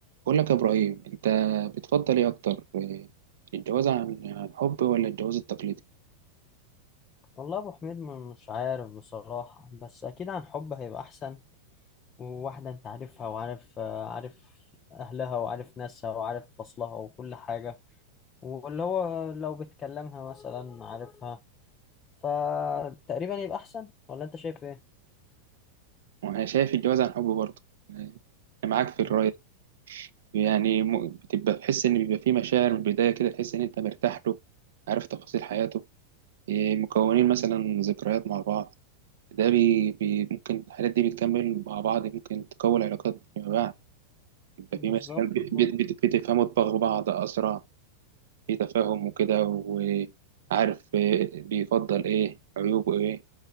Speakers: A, on the right; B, on the left.
A: بقول لك يا إبراهيم أنت بتفضل إيه أكتر إيه، الجواز عن عن حب ولا الجواز التقليدي؟
B: والله ابو حميد م- مش عارف بصراحة بس اكيد عن حب هيبقى احسن وواحدة انت عارفها وعارف آه، عارف اهلها وعارف ناسها وعارف فصلها وكل حاجة واللي هو لو بتكلمها مثلا عارفها فتقريبا يبقى احسن ولا انت شايف ايه
A: وأنا شايف الجواز عن حب برضه إيه، أنا معاك في الرأي
B: مم.
A: دي. يعني م- بتبقى تحس إن بيبقى فيه مشاعر من البداية كده تحس إن أنت مرتاح له عارف تفاصيل حياته إيه، مكونين مثلا ذكريات مع بعض ده بي بي ممكن الحاجات دي بتكمل مع بعض ممكن تكون علاقات فيما بعد يبقى
B: بالظبط
A: في مثلا بت-
B: اه
A: بت- بت- بتفهموا دماغ بعض أسرع في تفاهم وكده وعارف إيه بيفضل ايه عيوبه ايه